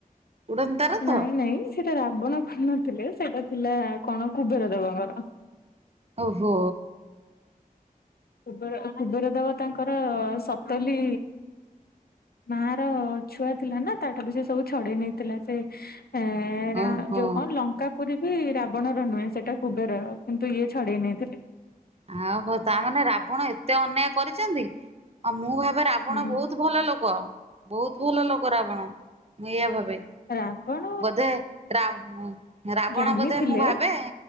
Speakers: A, on the right (about 40°); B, on the left (about 85°).
A: ଉଡନ୍ତା ରଥ
B: ନାଇଁ ନାଇଁ ସେଟା ରାବଣ କରିନଥିଲେ ସେଇଟା ଥିଲା କଣ କୁବେର ଦେବଙ୍କର।
A: ଓହୋ।
B: କୁବେର କୁବେର ଦେବ ତାଙ୍କର ସତଲି ମା ର ଛୁଆ ଥିଲା ନା ତା ଠାରୁ ସେ ସବୁ ଛଡେଇ ନେଇଥିଲା ସେ ଏ ରା
A: ଓହୋ
B: ଯୋଉ କଣ ଲଙ୍କ କାପୁରୀ ବି ରାବଣର ନୁହେଁ ସେଇଟା କୁବେରର କିନ୍ତୁ ଇଏ ଛଡେଇ ନେଇଥିଲେ।
A: ଆଉ ହୋ ତାମାନେ ରାବଣ ଏତେ ଅନ୍ୟାୟ କରିଛନ୍ତି ଆଉ ମୁଁ ଭାବେ ରା ବଣ
B: ହୁଁ
A: ବହୁତ ଭଲ ଲୋକ ବହୁତ ଭଲ ଲୋକ ରାବଣ ମୁଁ ଏଇଆ ଭାବେ।
B: ରାବଣ
A: ବୋଧେ ରା ରାବଣ
B: ଜ୍ଞାନୀ
A: ବୋଧେ
B: ଥିଲେ
A: ମୁଁ ଭାବେ